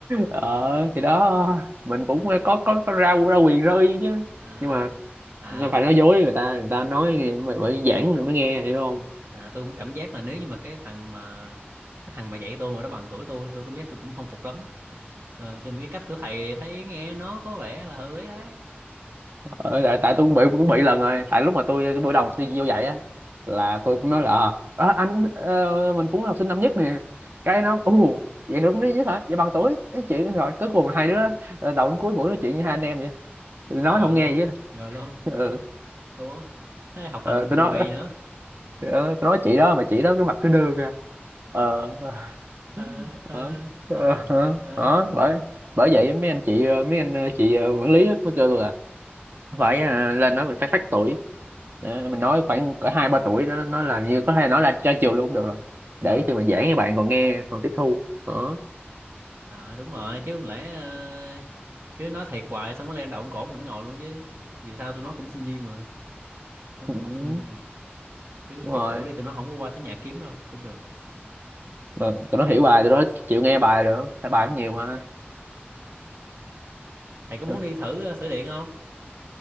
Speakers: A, on the right; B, on the right.
A: ờ
B: Ừ.
A: thì đó mình cũng ờ, có có, có ra ra quyền ra uy chứ
B: À,
A: nhưng mà
B: à
A: nó phải nói dối người ta người ta nói nghe, mày phải giảng rồi mới nghe hiểu không
B: à tôi cũng cảm giác là nếu như mà cái thằng mà cái thằng mà dạy tôi mà nó bằng tuổi tôi tôi cảm giác tôi cũng không phục lắm ờ, cho nên cái cách của thầy thấy nghe nó có vẻ là hợp lý đấy
A: Ờ, tại, tại tôi cũng bị cũng bị lần rồi tại lúc mà tôi cái buổi đầu tôi vô dạy á là tôi cũng nói là ờ, ờ, anh cũng ờ, mình cũng là học sinh năm nhất nè cái nó ù vậy đúng đấy chứ hả vậy bằng tuổi cái chuyện rồi cuối cùng là hai đứa ờ, đầu đến cuối buổi nói chuyện như hai anh em vậy Tôi nói
B: rồi
A: không nghe
B: luôn
A: vậy đó.
B: rồi luôn
A: ừ.
B: thua thế học
A: Ờ,
B: hành luôn
A: tôi nói
B: què gì nữa
A: ờ, tôi nói chị đó mà chị đó cái mặt cứ đưa ra ờ
B: ờ
A: Ờ,
B: ờ
A: ờ,
B: ờ
A: ờ,
B: ờ
A: đó bởi bởi vậy mấy anh chị ờ, mấy anh ờ, chị ờ, quản lý á, mới kêu tôi là phải ờ, lên nói mình phải phách tuổi Để mình nói khoảng cỡ hai ba tuổi đó nó là như có thể nói là tra chiều luôn cũng được rồi để
B: ờ
A: khi mà giảng các bạn còn nghe còn tiếp thu đó
B: Ờ, đúng rồi chứ không lẽ ờ, cứ nói thiệt hoài xong nó lên động cổ mình ngồi luôn chứ dù sao tôi nói cũng sinh viên mà tôi
A: Ừ,
B: cũng học sinh thôi mà cứ
A: đúng
B: phát
A: rồi
B: tuổi đi tôi nói không có qua tới nhà kiếm đâu cũng được
A: rồi tụi nó hiểu bài tụi nó chịu nghe bài được tại bài
B: Ờ,
A: cũng nhiều mà
B: thầy có muốn
A: Ừ,
B: đi thử ờ, sửa điện không